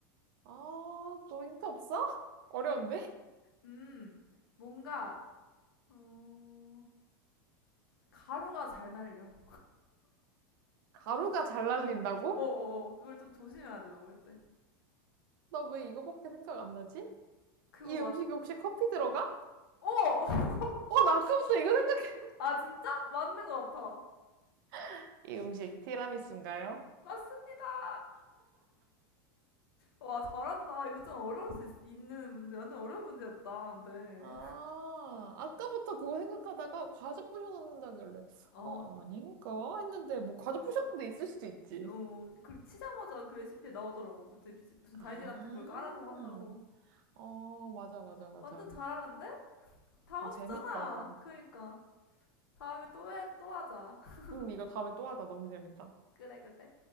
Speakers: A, on the right; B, on the left.
A: 아, 또 힌트 없어? <laughs> 어려운데?
B: 음, 뭔가, 어, 가루가 잘 날려.
A: 가루가 잘 날린다고?
B: 어, 어, 어. 어. 그걸 좀 조심해야 돼, 먹을 때.
A: 나 왜 이거밖에 생각 안 나지?
B: 그거
A: 이
B: 맞,
A: 음식에 혹시 커피 들어가?
B: 어! <laughs>
A: 어, 나 아까부터 이거 생각해.
B: 아, 진짜? 맞는 것 같아.
A: <laughs> 이 음식 티라미수인가요?
B: 맞습니다. 와, 잘한다. 이거 좀 어려울 수 있, 는 문제, 완전 어려운 문제였다. 근데,
A: 아, 아까부터 그거 생각하다가 과자 부셔 넣는다길래.
B: 어,
A: 어, 아닌가? 했는데, 뭐, 과자 부셔 넣는 데 있을 수도 있지.
B: 어, 그 치자마자 그 레시피에 나오더라고. 무슨, 미치- 무슨
A: 아,
B: 다이제 같은 걸 깔아서 한다고.
A: 어, 맞아, 맞아, 맞아.
B: 완전 잘하는데? 다
A: 아,
B: 맞췄잖아.
A: 재밌다.
B: 그러니까. 다음에 또 해, 또 하자. <laughs>
A: 응, 이거 다음에 또 하자. 너무 재밌다.
B: 그래, 그래.